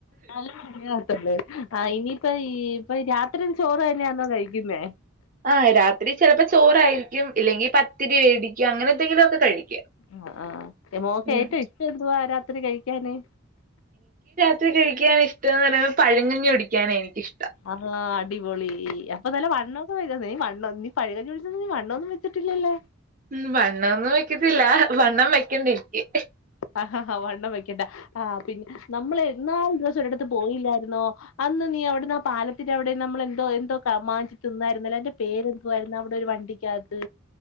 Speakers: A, on the left; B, on the right.
A: <unintelligible> ആഹ് ഇനിയിപ്പം ഈ ഇപ്പൊ രാത്രി ചോറ് തന്നെയാന്നോ കഴിക്കുന്നേ?
B: ആഹ് രാത്രി ചെലപ്പോ ചോറായിരിക്കും ഇല്ലെങ്കി പത്തിരി വേടിക്കും. അങ്ങനെ എന്തെങ്കിലൊക്കെ കഴിക്കും.
A: ആഹ് ആഹ് മോക്ക്
B: ഉം
A: ഏറ്റവും ഇഷ്ടം എന്തുവാ രാത്രി കഴിക്കാന്?
B: ത്രി കഴിക്കൻ ഇഷ്ടന്നറയുമ്പോ പഴങ്കഞ്ഞി കുടിക്കാനാ എനിക്കിഷ്
A: അള്ളാ അടിപൊളി അപ്പൊ നല്ല വണ്ണൊക്കെ വെ നീ വണ്ണം നീ പഴങ്കഞ്ഞി കുടിച്ച നീ വണ്ണൊന്നും വെച്ച്ട്ടില്ലല്ലോ.
B: ഉം വണ്ണൊന്നും വെക്കത്തില്ല വണ്ണം വെക്കണ്ട എൻക്ക്.
A: ആഹ് വണ്ണം വെക്കണ്ട ആഹ് പിന്നെ നമ്മള് ഇന്നാളൊരൂസം ഒര് ടത്ത് പോയില്ലായിര്ന്നോ? അന്ന് നീ അവ്ടുന്ന് ആ പാലത്തിന്റെ അവിടെ നമ്മള എന്തോ എന്തോ മാങ്ങി തിന്നായിരുന്നല്ലോ അയ്ന്റെ പേരെന്തുവോ ആയിരുന്നു അവിടെ ഒരു വണ്ടി ണ്ടിക്കാത്ത്